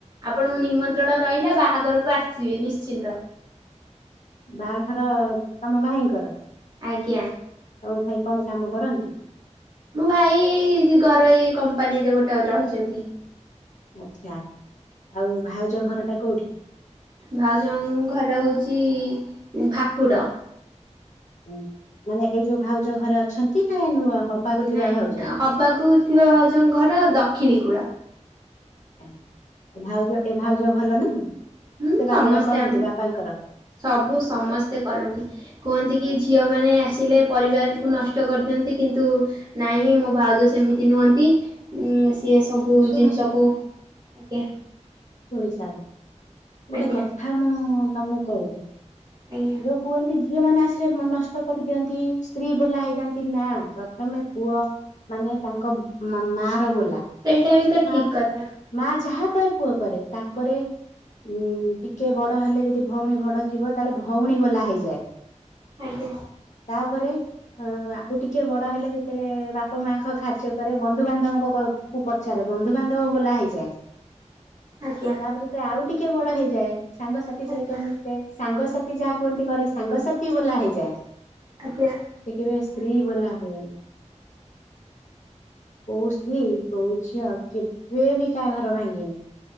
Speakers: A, on the right; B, on the left.
A: ଆପଣଙ୍କୁ ନିମନ୍ତ୍ରଣ ରହିଲା ବାହାଘରକୁ ଆସିବେ ନିଶ୍ଚିନ୍ତ?
B: ବାହାଘର ତମ ଭାଇଙ୍କର?
A: ଆଜ୍ଞା।
B: ତମ ଭାଇ କଣ କାମ କରନ୍ତି?
A: ମୋ ଭାଇ ଏଇ ଘରୋଇ କମ୍ପାନୀରେ ଗୋଟେ ରହିଛନ୍ତି।
B: ଆଛା ଆଉ ଭାଉଜ ଘର ଟା କୋଉଠି?
A: ଭାଉଜଙ୍କ ଘର ହଉଛି ଭାକୁଡ।
B: ହଁ ମାନେ ଏଇ ଯୋଉ ଭାଉଜ ଘରେ ଅଛନ୍ତି ନା ନୂଆ ହବାକୁ ଥିବା
A: ନାଇଁ
B: ଭାଉଜଙ୍କ?
A: ହବାକୁ ଥିବା ଭାଉଜଙ୍କ ଘର ଦକ୍ଷିଣୀ କୂଳ।
B: ଆଛା ଆଉ ଭାଉଜ ଏ ଭାଉଜ ଭଲ ନା
A: ହୁଁ
B: ସେବା
A: ସମସ୍ତେ
B: ମେବା କରନ୍ତି
A: ଆମ
B: ବାପାଙ୍କର?
A: ସବୁ ସମସ୍ତେ କରନ୍ତି କୁହନ୍ତି କି ଝିଅ ମାନେ ମାନେ ଆସିଲେ ପରିବାରକୁ ନଷ୍ଟ କରିଦିଅନ୍ତି କିନ୍ତୁ ନହିଁ ହିଁ ମୋ ଭାଉଜ ସେମିତି ନୁହନ୍ତି। ହୁଁ ସିଏ ସବୁ
B: ଶୁଣ
A: ଜିନିଷକୁ ଆଜ୍ଞା।
B: ଶୁଣିସାର ଗୋଟେ
A: ଆଜ୍ଞା
B: କଥା ମୁଁ ତମକୁ କହୁଛି?
A: ଆଜ୍ଞା
B: ଯୋଉ କୁହନ୍ତି ଝିଅ ମନେ ଆସିଲେ ମନ ନଷ୍ଟ କରିଦିଅନ୍ତି ସ୍ତ୍ରୀ ବୋଲା ହେଇଯାନ୍ତି ନା ପ୍ରଥମେ ପୁଅ ମାନେ ତାଙ୍କ ମା ର ବୋଲା
A: ସେଇଟା ବି ତ ଠିକ
B: ମା
A: କଥା
B: ମା ଯାହା କହେ ପୁଅ କରେ ତାପରେ ଉଁ ଟିକେ ବଡ ହେଲେ ଯଦି ଭଉଣୀ ବଡ ଥିବ ତାହେଲେ ଭଉଣୀ ବୋଲା ହେଇଯାଏ।
A: ଆଜ୍ଞା
B: ତାପରେ ଅ ଆଉ ଟିକେ ବଡ ହେଲେ ଯେତେବେଳେ ବାପା ମାଙ୍କ କାର୍ଯ୍ୟ କରେ ବନ୍ଧୁବାନ୍ଧବଙ୍କ କୁ ପଚାରେ ବନ୍ଧୁବାନ୍ଧବ ବୋ ବୋଳା ହୋଇଯାଏ।
A: ଆଜ୍ଞା
B: ତାପରେ ଯେତେବେଳେ ଆଉ ଟିକେ ବଡ ହେଇଯାଏ ସାଙ୍ଗସାଥି
A: ଆଜ୍ଞା
B: ସହିତ ମିସେ ସାଙ୍ଗସାଥି ଯାହା କୁହନ୍ତି ଘରେ ସାଙ୍ଗସାଥି ସ୍ତ୍ରୀ ବୋଳା ହେଇଯାଏ।
A: ଆଜ୍ଞା।
B: ସେ କେବେ ସ୍ତ୍ରୀ ଭଲା ହୁଏନି। କୋଉ ସ୍ତ୍ରୀ କହୁ ଝିଅ କେବେ ବି କାହା ଘର ଭାଙ୍ଗେନି।